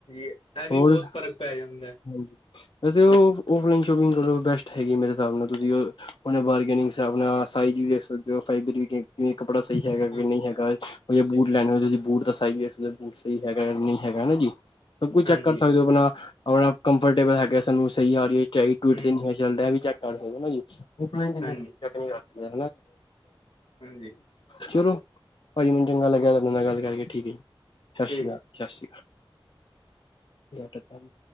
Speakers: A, on the left (about 85°); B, on the left (about 60°).
A: ਇਹ ਵੀ
B: ਹੋਰ
A: ਬਹੁਤ
B: <inaudible>
A: ਫ਼ਰਕ ਪੈ ਜਾਂਦਾ।
B: ਵੈਸੇ ਉਹ ਔਫਲਾਈਨ ਸ਼ੋਪਿੰਗ ਕਰੋ, ਬੈਸਟ ਹੈਗੀ ਮੇਰੇ ਤੁਸੀਂ ਉਨ੍ਹਾਂ ਬਾਰਗੇਨਿੰਗ ਸਾਬ ਨਾਲ, ਸਾਇਜ਼ ਵਿ ਵੇਖ ਸਕ <inaudible> ਕਿ ਕੱਪੜਾ ਸਹੀ ਹੈ ਕਿ
A: ਹਾਂਜੀ
B: ਨਹੀਂ ਹੈਗਾ
A: ਹਾਂਜੀ
B: 'ਚ, ਉਰ ਜੇ ਬੂਟ
A: ਹਾਂਜੀ
B: ਲੈਣੇ ਹੋਏ, ਤੁਸੀਂ ਬੂਟ ਤਾਂ ਸਾਈਜ਼ ਵਿ ਵੇਖ ਸਕਦੇ ਸਹੀ ਹੈਗਾ ਨਹੀਂ ਹੈਗਾ ਹਨਾ ਜੀ, ਸਭ ਕੁਝ ਚੈੱਕ
A: ਹਾਂਜੀ
B: ਕਰ ਸਕਦੇ ਹੋ ਆਪਣਾ ਆਪਣਾ ਕੰਫਰਟੇਬਲ ਹੈਗਾ, ਸਾਨੂੰ ਸਹੀ ਆ ਰਹੀ 'ਚ <unintelligible>
A: ਹਾਂਜੀ ਹੂੰ
B: ਰਿਹਾ ਵੀ, ਚੈੱਕ ਕਰ ਸਕਦੇ ਹੋ ਹੈਨਾ ਜੀ। ਔਫਲਾਈਨ 'ਚ ਇਨ੍ਹਾਂ
A: ਹਾਂਜੀ
B: ਚੈੱਕ ਨੀ ਕਰ ਸਕਦੇ,
A: ਹਾਂਜੀ
B: ਚਲੌ ਭਾਅ ਜੀ, ਮੈਨ ਚੰਗਾ ਲਗਿਆਂ ਤਾਡੇ ਨਾਲ ਗੱਲ ਕਰਕੇ, ਠੀਕ ਹੈ ਜੀ
A: ਠੀਕ
B: ਸਤਿ ਸ਼੍ਰੀ ਅਕਾਲ।
A: ਹੈ
B: ਸਸ਼ਰੀ ਕਾਲ।